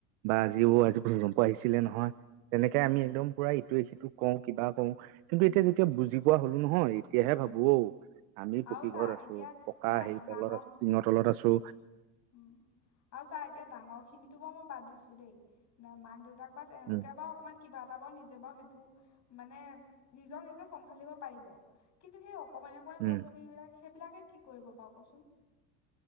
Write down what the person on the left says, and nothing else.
উম
উম
উম
উম
আৰু
চা
এতিয়া
ডাঙৰ
ডাঙৰ
উম আৰু ছাৰ এতিয়া ডাঙৰিন খিনটো ব মই বাদ দিছো দেই না মাদু ত বা তেওঁলোকে
বা অকণমান কিবা নিজে সেইটো মানে নিজৰ নিজে চম্ভালিব পাৰিব কিন্তু স অকণমান
বস্তূ বিলাক সেইবিলাকে কি কৰিব বাৰু কচোন